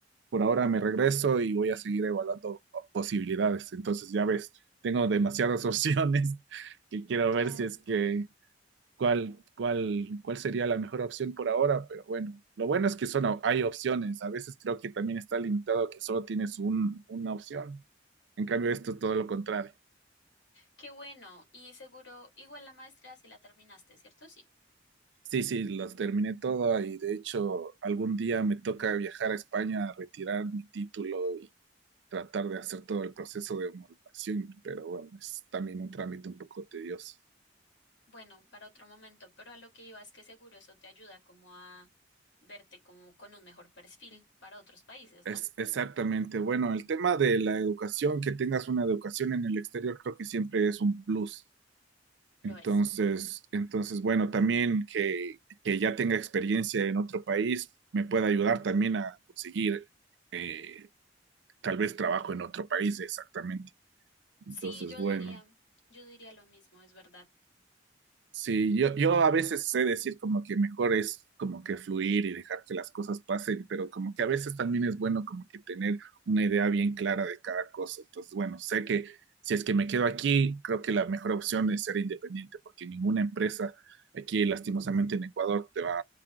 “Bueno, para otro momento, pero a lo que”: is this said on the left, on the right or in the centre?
Left